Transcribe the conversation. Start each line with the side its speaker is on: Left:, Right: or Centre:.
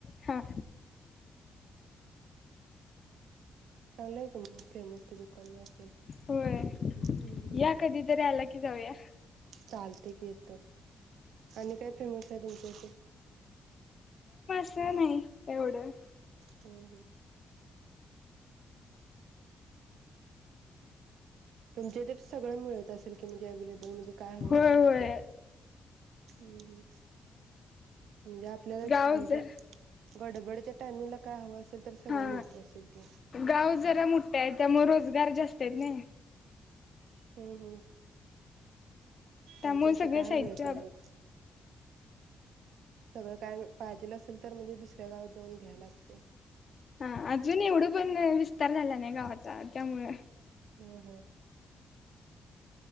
Left: हा
Right: चांगलंय की मग फेमस ते दुकान असेल?
Left: होय
Right: हम्म
Left: या कधीतरी आला की की जाऊया
Right: चालते ग येतो आणि काय फेमस आहे तुमच्या इथे?
Left: अस नाही एवढं
Right: ह तुमच्या इथ सगळं मिळत असेल की म्हणजे अवलेबल म्हणजे काय हवं
Left: होय
Right: असेल
Left: होय
Right: ते हम्म ह म्हणजे आपल्याला
Left: गाव
Right: म्हणजे
Left: जर
Right: गडबडीच्या टायमिंग ला काय हव असेल तर सगळं
Left: हा
Right: मिळत असेल की
Left: गाव जरा मोट्ट आहे त्यामुळे रोजगार जास्त त्यांनी
Right: हो हो
Left: त्यामुळे
Right: आमच्या इथं
Left: सगळे
Right: काय
Left: साहित्य
Right: मिळत नाही मग सगळं काय म पाहिजेल असेल तर मग म्हणजे दुसऱ्या गावात जाऊन घ्याय लागतय
Left: हा अजून एवढं पण विस्तार झाला नाही गावाचा त्यामुळ
Right: हम् हम्